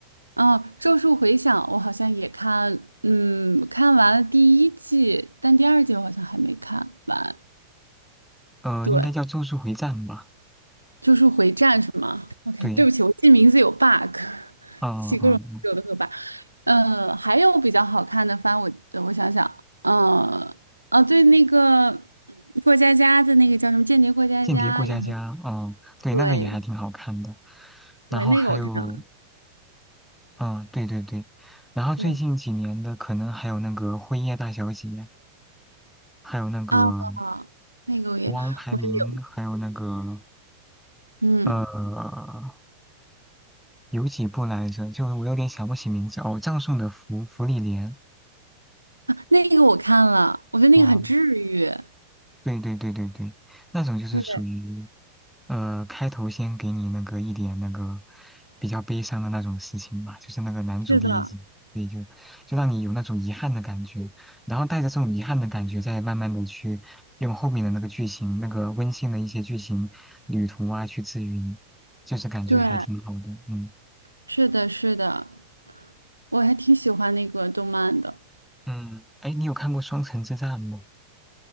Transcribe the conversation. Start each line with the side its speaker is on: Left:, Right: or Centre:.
Right: 哦，《咒术回响》我好像也看，嗯，看完了第一季，但第二季我好像还没看完。
Centre: 呃，
Right: 对，
Centre: 应该叫《咒术回战》吧？
Right: 就是回战是吗？OK，
Centre: 对，
Right: 对不起，我记名字有 bug，
Centre: 嗯、
Right: 起各种有的和
Centre: 嗯，
Right: bug。呃，还有比较好看的番，我呃我想想，呃，啊，对，那个嗯过家家的那个叫什么《间谍过家家》也很
Centre: 《间谍过家家》嗯、对，
Right: 对，
Centre: 那个也还挺好看的。然后还有，
Right: 对，那个我看了，
Centre: 嗯、对对对，然后最近几年的可能还有那个《辉夜大小姐》，
Right: 对
Centre: 还有那个。
Right: 啊，那个我也我也有，
Centre: 国王排名，还有那个
Right: 嗯
Centre: 呃，有几部来着？就是我有点想不起名字哦。葬送的芙芙莉莲，
Right: 啊，那个我看了，我觉得那个很治愈，
Centre: 哇，对对对对对，那种就是属于
Right: 对，
Centre: 呃，开头先给你那个一点那个比较悲伤的那种事情吧，就是那个男主第一集，
Right: 是的，
Centre: 所以就就让你有那种遗憾的感觉，然后带着这种遗憾的感觉，再慢慢的去用后面的那个剧情，那个温馨的一些剧情旅途啊，去治愈你，就是感觉还挺好的，
Right: 对，
Centre: 嗯。
Right: 是的，是的，我还挺喜欢那个动漫的。
Centre: 嗯，哎，你有看过《双城之战》吗？